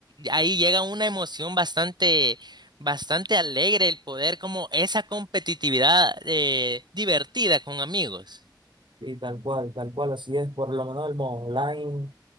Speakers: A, on the right; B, on the right.
A: ahí llega una emoción bastante, bastante alegre el poder como esa competitividad eh, divertida con amigos.
B: Y tal cual, tal cual, así es. Por lo menos el modo online.